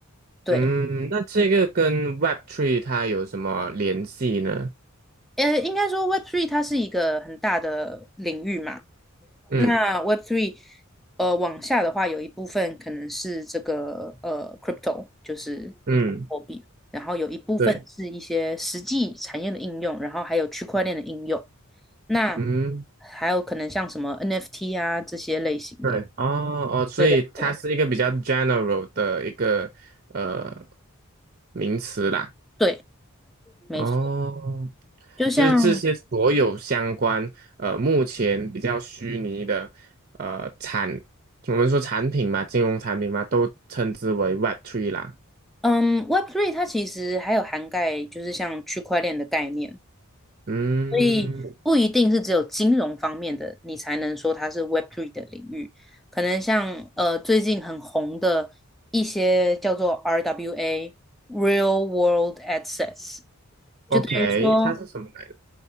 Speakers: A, in the centre; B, on the right.
A: 对，
B: 嗯，那这个跟 Web3 它有什么联系呢？
A: 呃，应该说 w e b Three 它是一个很大的领域嘛。
B: 嗯
A: 那 Web Three，呃，往下的话有一部分可能是这个呃 crypto，就是
B: 嗯，
A: 货币，然后一部分是一些实际产业的应用，
B: 对，
A: 然后还有区块链的应用，那
B: 嗯
A: 还有可能像什么 NFT 啊这些类型的。
B: 对，哦哦，所以它是一个比较
A: 对对对
B: general 的一个呃名词啦。
A: 对，没错，
B: 哦，
A: 就像
B: 就是这些所有相关，呃，目前比较虚拟的，呃，产，我们说产品嘛，金融产品嘛，都称之为 w e b Three 啦。
A: 嗯 Web Three 它其实还有涵盖就是像区块链的概念，
B: 嗯
A: 所以不一定是只有金融方面的，你才能说它是 Web Three 的领域。可能像呃最近很红的一些叫做 RWA Real World a s s e t s
B: ，OK，
A: 就等于说，
B: 它是什么来着？